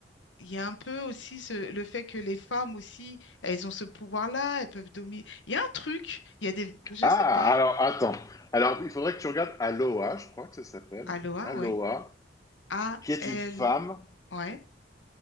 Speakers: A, on the left; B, on the left.
A: Il y a un peu aussi ce- le fait que les femmes aussi, elles ont ce pouvoir-là, elles peuvent dominer. Il y a un truc, il y a des... Je
B: Ah,
A: sais pas.
B: alors attends. Alors il faudrait que tu regardes Aloha, je crois que ça s'appelle
A: Aloha,
B: Aloha,
A: ouais. A,
B: qui est
A: L,
B: une femme
A: ouais,